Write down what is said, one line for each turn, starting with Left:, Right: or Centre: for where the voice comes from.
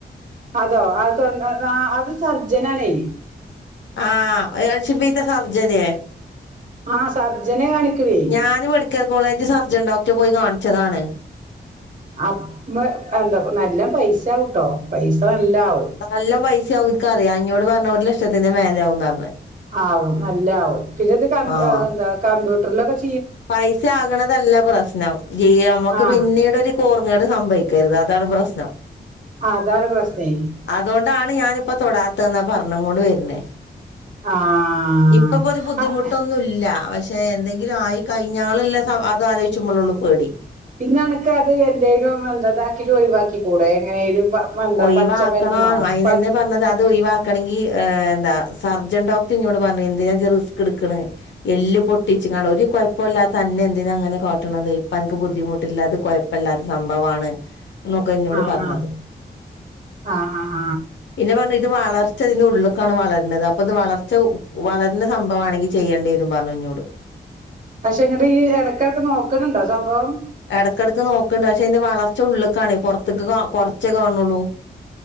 Right: അതോ അത് തൊൺ ആഹ് അത് സർജനാണേ
Left: ആഹ് <unintelligible> സർജനേ
Right: ആഹ് സർജനേ കാണിക്കലേ
Left: ഞാന് മെഡിക്കൽ കോളേജ് സർജൻ ഡോക്ടറെ പോയി കാണിച്ചതാണ്.
Right: അപ് വ് എന്താ നല്ല പൈസാവിട്ടോ പൈസ നല്ല ആവും
Left: <unintelligible> അതെല്ലാം പൈസയാവും എനിക്കറിയാം എഞ്ഞോട് പറഞ്ഞു ഒരു ലക്ഷത്തിന്റെ മേലേ ആവൂന്ന് പറഞ്ഞു
Right: ആവും നല്ല ആവും പിന്നത് കമ്പ്
Left: ആഹ്
Right: എന്താ കമ്പ്യൂട്ടറിലൊക്കെ ചെ-
Left: പൈസ ആകണതല്ല പ്രശ്നം. <unintelligible> അമ്മക്ക്
Right: ആഹ്
Left: പിന്നീട് ഒരു കോർങ്ങേട് സംഭവി <unintelligible> അതാണ് പ്രശ്നം
Right: ആഹ് അതാണ് പ്രശ്നേ
Left: അതൊണ്ടാണ് ഞാനിപ്പോ തൊടാത്തേന്നാ പറഞ്ഞും കൊണ്ട് വര്ണെ
Right: ആഹ്
Left: ഇപ്പപ്പോ ഒരു ബുദ്ധിമുട്ടൊന്നും
Right: ആഹ്
Left: ഇല്ല പഷ് <unintelligible> എന്തെങ്കിലും ആയി കഴിഞ്ഞാള് ള്ള സ അത് ആലോയിച്ചുമ്പളെ ഉള്ളൂ പേടി
Right: പിന്ന നിനക്കത് അത് എന്തേലും എന്താ ഇതാക്കീട്ട് ഒഴിവാക്കി കൂടെ എങ്ങനേലും പ എന്താ
Left: ഒയിവാക്കണം
Right: പച്ചമരുന്നോ
Left: അയിനന്നെ
Right: പ
Left: പറഞ്ഞത് അത് ഒയിവാ <unintelligible> ഏഹ് എന്താ സർജൻ ഡോക്ടർ എന്നോട് പറഞ്ഞു എന്തിനാ ജ്ജ് റിസ്ക് എടുക്കണ് എല്ല് പൊട്ടിച് <unintelligible> ഒരു കൊഴപ്പൊല്ലാത്ത അന്നെ എന്തിനാ അങ്ങനെ കാട്ടണത് ഇപ്പ അനക്ക് ബുദ്ധിമുട്ടില്ലാ അത് കുഴപ്പമില്ലാത്ത സംഭവാണ് എന്നൊക്കെ എന്നോട്
Right: ആഹ്
Left: പറഞ്ഞത്
Right: ആഹ് ആഹ് ഹ ഹ
Left: പിന്നെ പറഞ്ഞു ഇത് വളർച്ച ഇതിന്റെ ഉള്ള്ക്കാണ് വളരണത് അപ്പൊ ഇത് വളർച്ച വളരുന്ന സംഭവാണെങ്കി ചെയ്യേണ്ടി വരും പറഞ്ഞു എന്നോട്
Right: പക്ഷെ ഇങ്ങട് ഈ എടയ്ക്കെടക്ക് നോക്കണുണ്ടോ സംഭവം
Left: എടക്കെടക്ക് നോക്കണ്ട് പക്ഷെ അതിന്റെ വളർച്ച ഉള്ള്ക്കാണ് പൊറത്ത്ക്ക് ക കൊറച്ചേ കാണണുള്ളൂ